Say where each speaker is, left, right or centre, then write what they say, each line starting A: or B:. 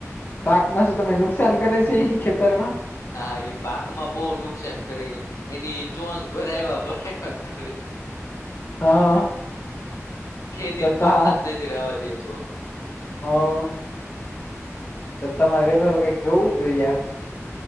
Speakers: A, on the left; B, on the left.
A: પાકમાં શું તમને નુકસાન કરે છે ઇ ખેતરમાં?
B: હા ઇ પાક માં બહુ નુકસાન કરે એની ચોચ ભરાયવા ભરાયવા. કરે,
A: હા
B: ખેતી
A: તો
B: ન
A: ત
B: પાક જ નથ રહેવા દેતો.
A: હા. તો તમાર ઘરનું તો કઈક જોવું જોઈ યાર.